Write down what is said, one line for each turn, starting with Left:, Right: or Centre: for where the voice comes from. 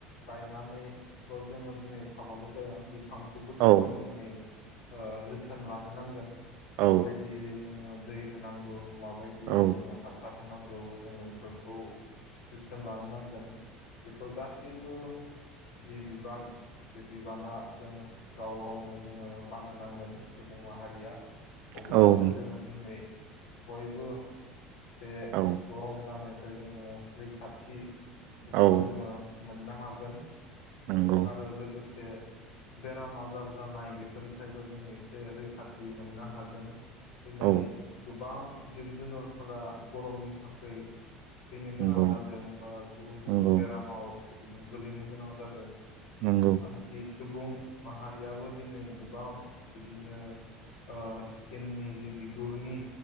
Left: गायनानैल जोङो दिनै थाबाल जाया बिब फांखौबो जोङो
Right: औ
Left: दिनै। ओह जोथोन लानो नांगोन।
Right: औ
Left: माबायदियै जोङो दै होनांगौ। माबायदियै
Right: औ
Left: जोङो हासार होनांगौ जोङो बेफोरखौ जोथोन लानो नांगोन। बेफोर गासैबो। जि बिबान बे बिबाना जों गाव गावनो जोङो बाननो नांगोन सुबुं माहारिया। अब्लासो
Right: औ
Left: जोङो दिनै। बयबो बे
Right: औ
Left: गरम जानाय <unintelligible> रैखाथि बेखौ
Right: औ
Left: जोङो मोननो हागोन
Right: नंगौ
Left: आरो लोगोसे बेराम आजार जानाय बेफोरनिफ्रायबो जों एसे रैखाथि मोननो हागोन। दिनै
Right: औ
Left: गो बां जिब जुनारफोरा गरमनि थाखै <unintelligible> बा गुबुन
Right: नंगौ
Left: गुबुन
Right: नंगौ
Left: बेरामाव बिदिनो गोलैनो गोनां जादों।
Right: नंगौ
Left: आंखिस सुबुं माहारियाबो दिनै गोबां बिदिनो ओ सिक्किमनि जि बिगुरनि